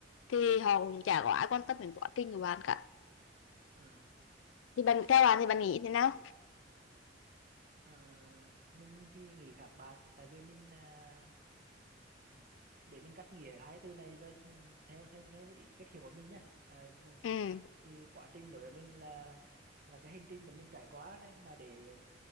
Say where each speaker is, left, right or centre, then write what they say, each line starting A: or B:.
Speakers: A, on the left (about 85°); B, on the right (about 50°).
A: thì họ cũng chả có ai quan tâm đến quá trình của bạn cả
B: Ừ.
A: thì bạn theo bạn thì bạn nghĩ thế nào
B: Ừ. mình mình thì nghĩ khác bạn tại vì mình à, để mình cắt nghĩa hai từ này cho ừ, theo theo theo ý cách hiểu của mình nhá. à, là- thì
A: ừ
B: quá thì quá trình đối với mình là là cái hành trình mà mình trải qua đấy mà để